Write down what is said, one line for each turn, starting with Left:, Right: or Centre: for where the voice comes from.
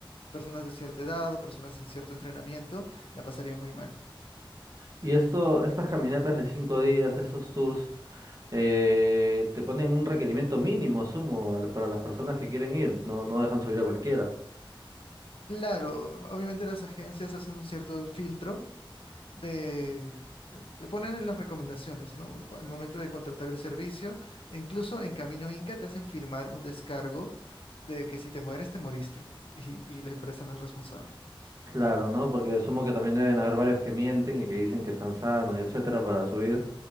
Left: Personas de cierta edad o personas sin cierto entrenamiento la pasarían muy mal.
Right: Y esto, estas caminatas de cinco días, estos tours, Eh, te ponen un requerimiento mínimo, sumo, al- para las personas que quieren ir. No, no dejan subir a cualquiera.
Left: Claro, obviamente las agencias hacen un cierto filtro de, te ponen en las recomendaciones, ¿no? Al momento de contratar el servicio, e incluso en Camino Inca te hacen firmar un descargo de que si te mueres, te moriste y, y la empresa no es responsable.
Right: Claro, ¿no? Porque sumo que también deben haber varios que mienten y que dicen que están sanos y etcétera para subir